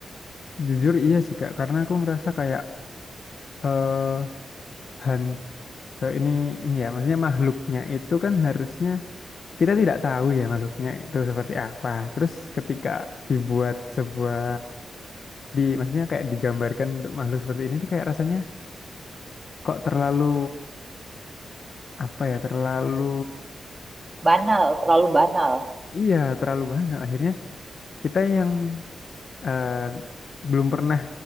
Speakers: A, on the left (about 65°); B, on the right (about 30°).
A: Jujur iya sih Kak, karena aku ngerasa kayak eh han- so, ini ini ya, maksudnya makhluknya itu kan harusnya kita tidak tahu ya makhluknya itu seperti apa. Terus ketika dibuat sebuah di maksudnya kayak digambarkan untuk makhluk seperti ini tuh kayak rasanya kok terlalu apa ya, terlalu
B: Banal, terlalu banal.
A: iya, terlalu banyak akhirnya kita yang eh, belum pernah